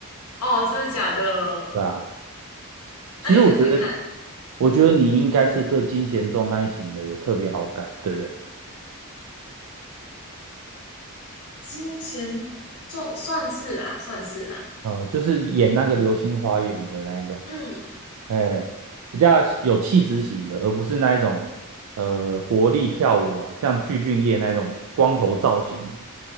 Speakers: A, on the left (about 80°); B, on the right (about 75°).
A: 哦，真的假的？
B: 对啊，其实我觉得，
A: 那你猜猜看，
B: 我觉得你应该是对金贤重那一型的有特别好感，对不对？
A: 金贤重算是啦，算是啦，
B: 呃，就是演那个《流星花园》的那一种，
A: 嗯。
B: 哎，比较有气质型的，而不是那一种呃活力跳舞啊，像具俊晔那一种光头造型，